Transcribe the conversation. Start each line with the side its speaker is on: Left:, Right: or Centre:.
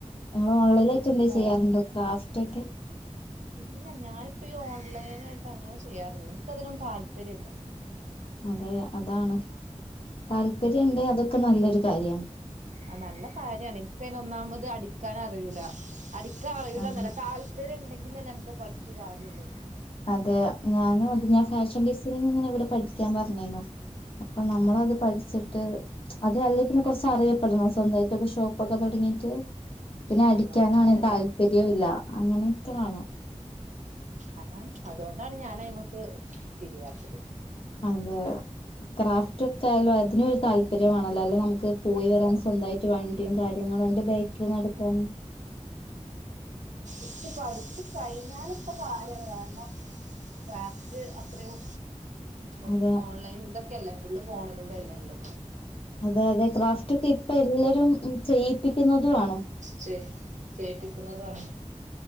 Left: ഓൺൈല ആട്ട്ന്താ
Right: ഫോണില്
Left: ചെയ്യാറുോ ക്രാഫ്റ്റ്
Right: ഇല്ല ഞാനിപ്പോ ഈ ഓൺലൈൻ ആയിട്ട് അങ്ങനെ ചെയ്യാറില്ല എനിക്ക അതിനലന്ന താല്പര്യംല്ല
Left: അതെ അതാണ് താല്പര്യണ്ട്
Right: ഉ
Left: അതൊക്കെ നല്ലൊരു കാര്യാണ്
Right: ആ നല്ല കാര്യമാണ് എനക്ക്തിനന് ഒന്നാമത് അടി പിക്കാൻ അറിയൂല അടിക്കാൻ അറിയൂലന്നല്ല
Left: ഉം
Right: താല്പര്യം ഉണ്ടെങ്കി അല്ലെ നമുക്ക് പഠിച്ച കാര്യള്ളൂ
Left: അതെ ഞാനും അത് ഞാൻ ഫാഷൻ ഡിസൈനിങ് ഇങ്ങനെ ഇവിടെ പഠിക്കാൻ പറഞ്ഞനോ അപ്പൊ നമ്മളത്
Right: ആഹ്
Left: പഠിച്ചിട്ട് അതെ അല്ലേ പിന്നെ കുറച്ച അറിയപ്പെടണം സ്വന്തമായിട്ടൊക്കെ ഷോപ്പ് ഒക്കെ തുടങ്ങിയിട്ട് പിന്നെ
Right: ആഹ്
Left: അടിക്കാനാണെ
Right: അതാണ് അങ്ങനെയൊക്കെ
Left: താല്പര്യവും
Right: വേണം
Left: ഇല്ല അങ്ങനെയൊക്ക വാണ്
Right: അല്ലാ അതുകൊണ്ടാണ് ഞാനയി്മക്ക് തിരിയാത്തത്
Left: അതെ ക്രാഫ്റ്റ് ഒക്കെ ആയാലും അതിനും ഒരു താല്പര്യമാണല്ലോ അല്ല നമുക്ക് പോയി വരാൻ
Right: അതാ
Left: സ്വന്തമായിട്ട് വണ്ടിയും കാര്യങ്ങളും അതിന്റെ ബേക്കിൽ നടക്കാൻ
Right: ഇ പഠിച്ച ട്രൈനൻ ഇപ്പൊ കാര്മാണ് കാരണം ഫ്രാസ്റ്റ് അത്രയും ഇപ്പോ
Left: അതെ
Right: ഓൺലൈൻ ഇതൊക്കെയല്ലേ ഫുള് ഫോണിലൂടെ അല്ലേള്ളൂ
Left: അതെ അതെ ക്രാഫ്റ്റ് ഒക്കെ ഇപ്പൊ എല്ലരും ചെയ്യിപ്പിക്കുന്നതും ആണ്
Right: ചെയ്യിപ്പിക്കുന്നതാണ്